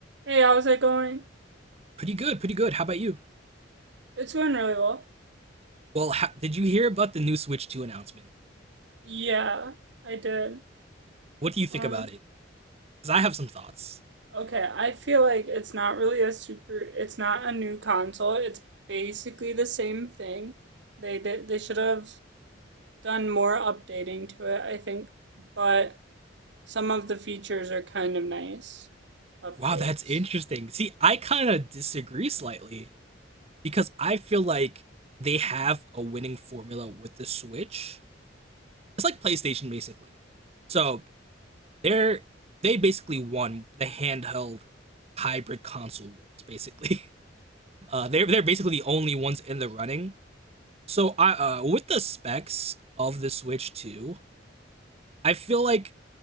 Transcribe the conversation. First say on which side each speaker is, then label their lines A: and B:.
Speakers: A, on the right (about 65°); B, on the right (about 35°).
A: Hey, how's it going?
B: Pretty good, pretty good. How about you?
A: It's going really well.
B: Well, ha- did you hear about the new Switch 2 announcement?
A: Yeah, I did.
B: What do you think
A: Um,
B: about it? Because I have some thoughts.
A: okay, I feel like it's not really a super, it's not a new console. It's basically the same thing. They did, they should have done more updating to it, I think, but some of the features are kind of nice upgrades.
B: Wow, that's interesting. See, I kind of disagree slightly because I feel like they have a winning formula with the Switch. It's like PlayStation basically. So, they're they basically won the handheld hybrid console wars basically. <laughs> Uh they are they're basically the only ones in the running. So, I uh with the specs of the Switch 2, I feel like